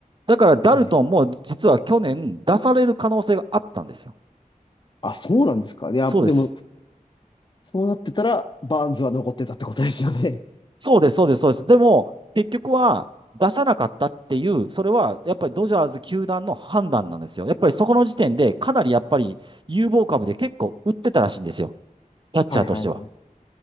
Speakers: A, on the right; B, on the left.
A: だから、ダルトンも実は去年出される可能性があったんですよ。
B: はい。あ、そうなんですか。いや、
A: そうです。
B: でも、そうなってたら、バーンズは残ってたってことですよね。
A: そうです、そうです、そうです。でも、結局は出さなかったっていう、それはやっぱりドジャーズ球団の判断なんですよ。やっぱりそこの時点で、かなりやっぱり有望株で結構売ってたらしいんですよ。
B: <laughs>
A: キャッチャーとしては。
B: はいはいはい。